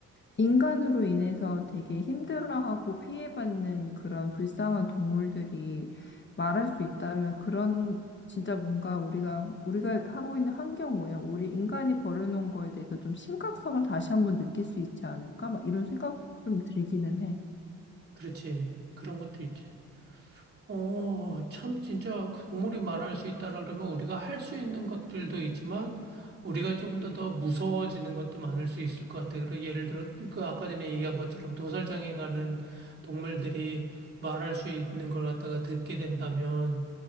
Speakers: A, on the left; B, on the right.
A: 인간으로 인해서 되게 힘들어하고 피해받는 그런 불쌍한 동물들이 말할 수 있다면 그런 진짜 뭔가 우리가 우리가 하고 있는 환경 오염, 우리 인간이 벌여놓은 거에 대해서 좀 심각성을 다시 한번 느낄 수 있지 않을까? 막 이런 생각 좀 들기는 해.
B: 그렇지. 그런 것도 있지. 어, 참, 진짜 그 국물이 말할 수 있다라 그러면 우리가 할 수 있는 것들도 있지만 우리가 좀 더 더 무서워지는 것도 많을 수 있을 것 같아. 그리고 예를 들어, 그 아까 전에 얘기한 것처럼 도살장에 가는 동물들이 말할 수 있는 걸 갖다가 듣게 된다면